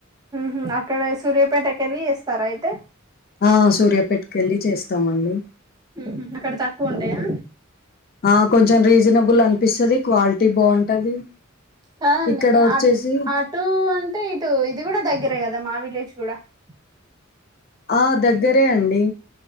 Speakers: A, on the right; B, on the left.
A: హ అక్కడ సూర్యాపేటకెళ్ళి వేస్తార అయితే
B: ఆ సూర్యాపెట్ కెళ్ళి చేస్తామండి
A: ఉహు అక్కడ తక్కువ ఉంటాయా
B: ఆ కొంచెం రీజనబుల్ అనిపిస్తది క్వాలిటీ బాగుంటది
A: కాదండి
B: ఇక్కడ వచ్చేసి
A: అ అటు అంటే ఇటు ఇది కూడ దగ్గరే కదా మావి <unintelligible>
B: ఆ దగ్గరే అండి